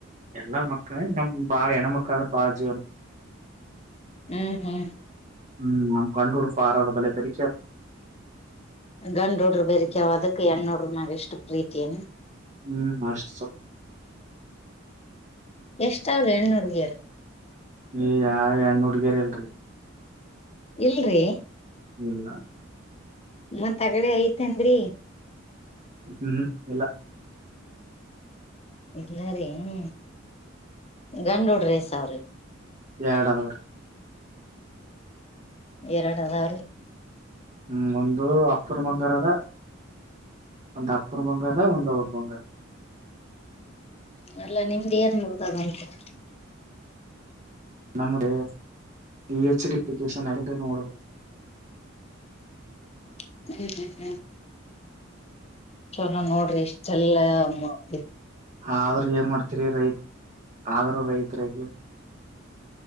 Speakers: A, on the right; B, on the left.
A: ಎಲ್ಲಾ ಮಕ್ಕಳ ನಮ್ಮ್ ಬಾಳ ಎಣ್ಣ ಮಕ್ಕಳ ಪಚ
B: ಹ್ಮ್ ಹ್ಮ್
A: ಹ್ಮ್ ನಮ ಕಂಡು ಕೊಡು ಪಾರ ಬಲೆ ಪದ
B: ಗಂಡ್ ನೋಡ್ರರು ಬೇ್ರ ಕೆಾವ ಅದಕ್ ಹೆಣ್ಣ ನೋಡ್ರರು ನಾಗ ಎಷ್ಟು ಪ್ರೀತಿಯನೆ
A: ಹ್ಮ್ ಮಷ್ಟ ಸ
B: ಎಷ್ಟ ಅವ್ರ ಹೆಣ ಹುಡುಗಿಯಾರ
A: ಏ ಯಾವ ಹೆಣ್ಣ ಹುಡ್ಗರಿ ಇಲ್ರಿ
B: ಇಲ್ರಿ
A: ಲ್ಲ
B: ಮತ್ತಗಡೆ ಐತೆೇನ್ರಿ
A: ಹ್ಮ ಹ್ಮ ಇಲ್ಲ
B: ಇಲ್ಲಾರೇನು ಗಂಡಡ್ರಿ ಸಾವ್ರಿ
A: ಎರಡದವರು
B: ಎರಡುದಾ
A: ಹ್ಮ್ ಒಂದು ಅಪ್ಪನ ಬಂಗಾರ ಅದ ಒಂದು ಅಪ್ಪ ಒ ಮಂಗಾರದಾ ಒಂದಾ ಓಣ ಮಂಗಾರ
B: ಹ್ಮ್ ಅಲ್ಲಾ ನಿಮ್ದ್ ಏನ್ದ ಬರ್ತ
A: ನಮ್ಮ ಪಿ ಹೆಚ್ ಡಿ <inaudible> <inaudible>
B: <unintelligible> ಚಲೋ ನೋಡ್ರಿ. ಇಷ್ಟ ಎಲ್ಲಾ, <unintelligible>
A: ಆದ್ರೂ ಏನ್ ಮಾಡ್ತರಿ ರೈತ್ ಆದ್ರೂ ರೈತರಾಗವಿ.